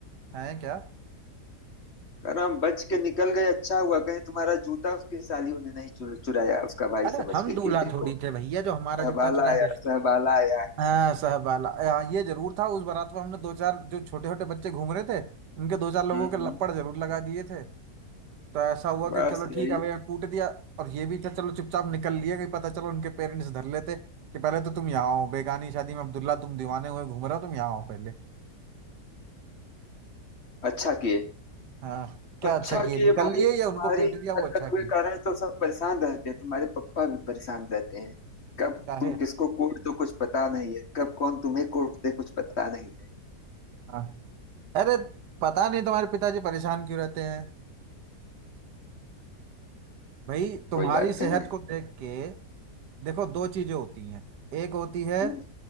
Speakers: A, on the right (about 80°); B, on the left (about 40°).
A: हैं क्या
B: अरे हम बच के निकल गए अच्छा हुआ कहीं तुम्हारा जूता उसकी सालियों ने नहीं चुर, चुराया उसका भाई
A: अरे
B: समझ
A: हम
B: के
A: दूल्हा
B: कि देखो
A: थोड़ी थे भैया जो हमारा
B: सहबाला
A: जूता चुराएंगे
B: आया सहबाला आया
A: हाँ सहबाला हाँ, ये जरूर था उस बारात में हमने दो चार जो छोटे छोटे बच्चे घूम रहे थे उनके दो चार लोगों
B: हम्म हम्म
A: के लपड़ जरूर लगा दिए थे तो ऐसा हुआ
B: बस
A: कि चलो
B: यही
A: ठीक है भैया कूट दिया और ये भी था चलो चुपचाप निकल लिए कहीं पता चलो उनके पेरेंट्स धर लेते कि पहले तो तुम यहाँ आओ बेगानी शादी में अब्दुल्ला तुम दीवाने हुए घूम रहे हो तुम यहाँ आओ पहले
B: अच्छा किए
A: हाँ क्या
B: अच्छा
A: अच्छा किए
B: किए
A: निकल
B: भाई
A: लिए
B: तुम्हारी
A: या उनको पीट दिया वो
B: हरकत
A: अच्छा किए
B: के कारण तो सब परेशान रहते हैं तुम्हारे पापा भी परेशान रहते हैं कब
A: काहे
B: तुम किसको कोर्ट दो कुछ पता नहीं है कब कौन तुम्हें कोर्ट दे कुछ पता नहीं है
A: हाँ अरे पता नहीं तुम्हारे पिताजी परेशान क्यों रहते हैं भाई तुम्हारी
B: कोई बात
A: सेहत
B: नहीं
A: को देख के देखो दो चीजें होती हैं एक होती है
B: हम्म।